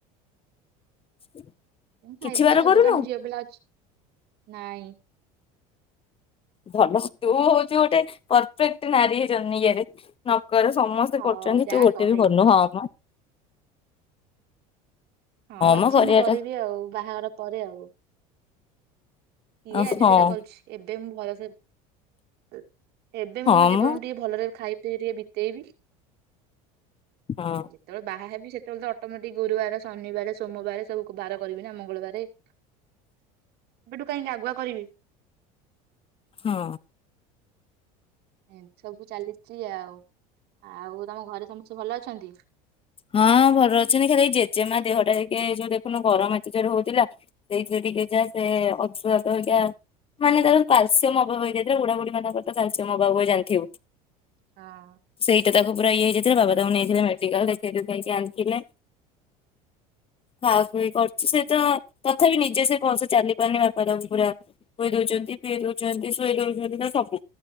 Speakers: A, on the left; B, on the right.
A: <unintelligible> କିଛି
B: ଖାଇଦିଅ
A: ବାର
B: ଆଉ
A: କରୁନୁ
B: ଏବେ ତମେ ଝିଅ ପିଲା ଅଛ। ନାଇଁ।
A: ଭଲ ତୁ ହଉଚ ଗୋଟେ ପରଫେକ୍ଟ ନାରୀ ହେଇ ଇରେ। ଘରେ ସମସ୍ତେ
B: ହଁ
A: କରୁଛନ୍ତି
B: ଯାହା
A: ତୁ ଗୋଟେ
B: କହିଲୁ
A: ବି କରୁନୁ ହଁ ହଁ।
B: ହଁ ଅଛି
A: ମ କରିବାଟା
B: ମୁଁ କରିବି ଆଉ ବାହାଘର ପରେ ଆଉ। ଇଏ
A: ହଁ
B: ଆଜିଠଟା କରିଛି ଏବେ ମୁଁ ଭଲସେ। <unintelligible> ଏବେ
A: ହଁ
B: ମୁଁ ମୋ ଜୀବନକୁ
A: ମ
B: ଟିକେ ଭଲରେ ଖାଇି ପିଇ ଟିକେ ବି ଦେବି।
A: ହଁ
B: ଯେତେବେଳେ ବାହା ହେବି ସେତେବେଳେ ତ ଅଟୋମେଟିକ ଗୁରୁବାର ଶନିବାର ସୋମବାରେ ସବୁ ବାର କରିବି ନା ମଙ୍ଗଳବାର ଏବେଠୁ କାହିଁକି ଆଗୁଆ କରିବି।
A: ହଁ
B: ଏମତି ସବୁ ଚାଲିଛି ଆଉ। ଆଉ ତମ ଘରେ ସମସ୍ତେ ଭଲ ଅଛନ୍ତି?
A: ହଁ ଭଲ ଅଛନ୍ତି ଖାଲି ଏ ଜେଜେମା ଦେହ ଟା ଟିକେ ଏଇ ଯୋଉ ଦେଖୁନୁ ଗରମ ଏତେ ଯୋରେ ହଉଥିଲା ସେଇଥିରେ ଟିକେ ଯା ସେ ଅଂଶୁଘାତ ହେକା ମାନେ ତାର କ୍ୟାଲସିୟମ ଅଭାବ ହେଇଯାଇଥିଲା ବୁଢା ବୁଢୀ ମାନଙ୍କର ତ କ୍ୟାଲସିୟମ ଅବାବବୁଏ ଜାଣିଥିବୁ।
B: ହଁ।
A: ସେଇଟା ତାକୁ ପୁରା ଇଏ ହେଇଯାଇଥିଲା ବାବା ତାକୁ ନେଇଥିଲେ ମେଡିକାଲ ଦେ ପାଇଁ କା ଆଣିଥିଲେ ଖାଆଖୁଇ କରୁଛି ସେ ତ ତଥାପି ନିଜେ ସେ ଭଲ ସେ ଚାଲି ପାରୁନି ବାପା ତାଙ୍କୁ ପୁରା ଖୁଏଇ ଦଉଛନ୍ତି ପିଏଇ ଦଉଛନ୍ତି ଶୋଇ ଦଉଛନ୍ତି ତ ସବୁ